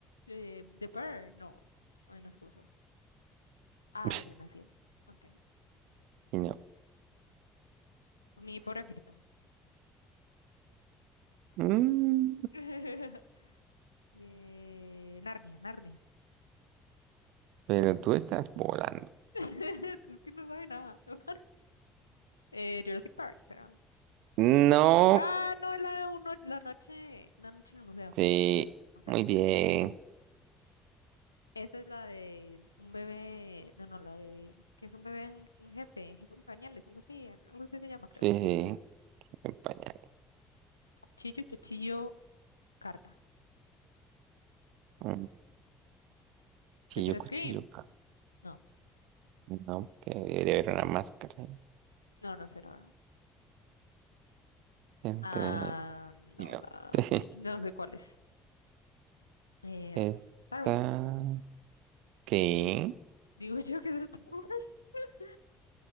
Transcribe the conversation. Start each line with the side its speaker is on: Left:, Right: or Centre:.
Left: eh, The Bear. No, ay, no sé cómo se llama. Ah,
Right: <laughs>
Left: era nacido. Ok.
Right: Y no.
Left: Mi pobre angelito.
Right: Mm,
Left: <laughs> Eh, Narnia, Narnia.
Right: pero tú estás volando.
Left: <laughs> Es que no sabe nada. <laughs> Eh, Jurassic Park, será.
Right: No.
Left: Ah, no, es la, uno, la noche, una noche en el museo.
Right: Sí.
Left: Ok,
Right: Muy
Left: ok.
Right: bien.
Left: Esa es la de un bebé, no, no, la de, que es un bebé, en- un jefe, jefe en pañales, algo así, algo así se llama, creo.
Right: Sí, sí. el pañal.
Left: Cuchillo, cuchillo, carta.
Right: Mm, Chillo,
Left: ¿Qué será
Right: cuchilluca.
Left: Scream? No,
Right: No, que debería haber una máscara. ahí.
Left: no, no sé, la verdad.
Right: Entre.
Left: Ah, no,
Right: Y no.
Left: la,
Right: <laughs>
Left: ni- no sé cuál es. Eh,
Right: Esta.
Left: Star Wars.
Right: ¿Qué?
Left: Digo yo que es Star Wars. <laughs>